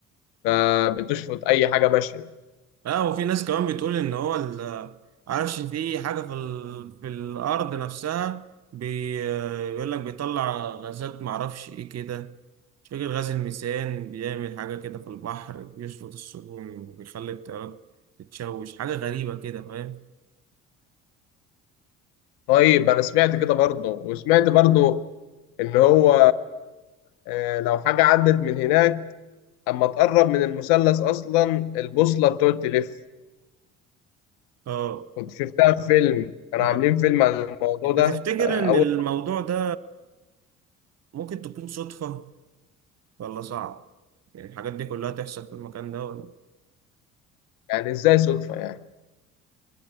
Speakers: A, on the left (about 65°); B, on the right (about 40°).
A: فبتشفط اي حاجه ماشيه
B: اه وفي ناس كمان بتقول ان هو ال- عارفش في حاجه في ال... في الارض نفسها بي... بيقول لك بيطلع غازات معرفش ايه كده مش فاكر غاز الميثان بيعمل حاجه كده في البحر بيشفط السفن وبيخلي الطيارات تتشوش حاجه غريبه كده فاهم
A: طيب انا سمعت كده برضه وسمعت برضه ان هو آه، لو حاجه عدت من هناك اما تقرب من المثلث اصلا البوصله بتقعد تلف
B: اه
A: كنت شفتها في فيلم كانوا
B: معاك.
A: عاملين فيلم عن الموضوع
B: انت
A: ده
B: تفتكر
A: آه،
B: ان
A: اول
B: الموضوع ده ممكن تكون صدفه ولا صعب يعني الحاجات دي كلها تحصل في المكان ده ولا
A: يعني ازاي صدفه يعني